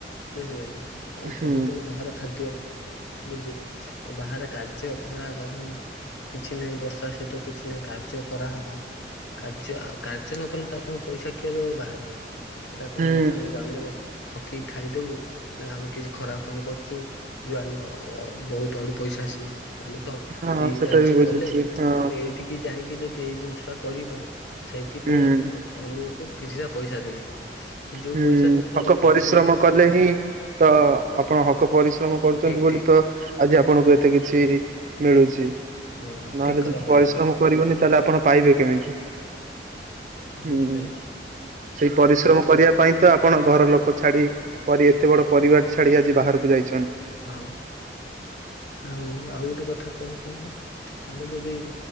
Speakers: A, on the left (about 80°); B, on the right (about 45°).
A: ବୁଝିପାରିଲେ ଆଉ
B: ହୁଁ
A: ସବୁବେଳେ ବାହାର ଖାଦ୍ୟ ବୁଝ ଆଉ ବାହାରେ କାର୍ଯ୍ୟ ଖରା, ଗରମ କିଛି ନାହିଁ ବର୍ଷା, ଶୀତ କିଛି ନାହିଁ କାର୍ଯ୍ୟ କରା ହବ। କାର୍ଯ୍ୟ ଅ କାର୍ଯ୍ୟ ନ କଲେ ତ ଆପଣଙ୍କୁ ପଇସା କିଏ ଦେବ ବାହାରେ। ଏଇଟା କଣ
B: ହୁଁ
A: ହେଇଛି ଆମ ଗ୍ରାମରେ ଠକି ଖାଇଦବୁ ନା ଆମେ କିଛି ଖରାପ କାମ କରୁଛୁ ଯାଆ-ଅ-ଅ-ଅ ନ ବହୁତ ଆଡୁ ପଇସା ଆସିବ। ଆମେ ତ
B: ହଁ
A: ଏଇ
B: ସେଟା
A: କାର୍ଯ୍ୟ
B: ବି ବୁଝୁଛି
A: କଲେ
B: ହଁ
A: ଆମେ ଏଇଠିକି ଜାଣିକି ଯଦି ଏଇ ଜିନିଷ ଟା କରିବା ସେଇଥିପାଇଁ
B: ହୁଁ
A: ଆପ୍-ଆପ୍ ଆମକୁ କିଛିଟା ପଇସା ଦେବେ ଯଉ
B: ହୁଁ
A: ପଇସା ଟା ଆମର
B: ହକ
A: କିଛି
B: ପରିଶ୍ରମ
A: ମା
B: କଲେ ହିଁ ତ ଆପଣ ହକ ପରିଶ୍ରମ କରୁଛନ୍ତି
A: ଠିକ
B: ବୋଲି
A: ଠିକ
B: ତ ଆଜି ଆପଣଙ୍କୁ ଏତେ କିଛି ମିଳୁଛି।
A: ହଁ
B: ନହେଲେ
A: ଠିକ କଥା
B: ଯଦି
A: କହିଲେ
B: ପରିଶ୍ରମ
A: ଆପଣ
B: କରିବନି ତାହେଲେ ଆପଣ ପାଇବେ କେମିତି? ହୁଁ
A: ବୁଝିପାଇଲି।
B: ସେଇ ପରିଶ୍ରମ କରିବା ପାଇଁ ତ ଆପଣ ଘର ଲୋକ ଛାଡି ପ ରି ଏତେ ବଡ ପରିବାର ଛାଡି ଆଜି ବାହାରକୁ ଯାଇ
A: ହଁ ଆଉ ଆଉ ଗୋଟେ କଥା କଣ କହିଲ ଆମେ ଯଦି